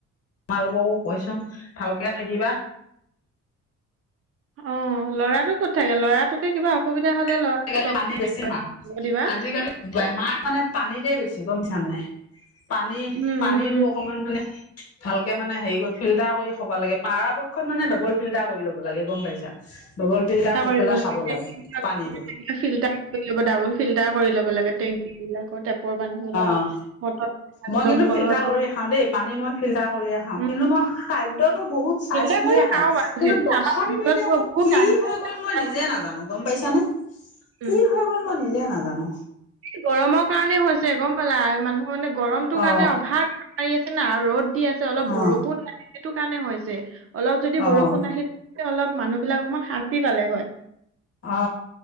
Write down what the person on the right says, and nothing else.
অ', ল'ৰাটো ক'ত থাকে লৰাটোকে কিবা অসুবিধা। হ'লে
ল'ৰা লগ
থাকিবা
খবৰ দিবা
উম
উম
কৰিব
টেংকি
বিলাক
থাকিলে ফিল্টাৰ কৰি লব ডাবল ফিল্টাৰ কৰি লব লাগে, টেংক বিলাকৰ টেপৰ পানী বিলাক
মটৰ।
দমকলৰটোত
উম
ফিল্টাৰ
কৰি
বাৰু
সেইটো
আমাৰ ঘৰত
পোৱা
বহুত
টাইম
আছে
উম
গৰমৰ কাৰণে হৈছে গম পালা মানুহ মানে গৰমটোৰ কাৰণে
অভাৱ মাৰি আছে না ৰ'দ আছে অলপ বৰষুণ
ন সেইটো কাৰণে হৈছে অলপ যদি
বৰষুণ আহিল অলপ মানুহ বিলাক অকমান শান্তি পালে হয়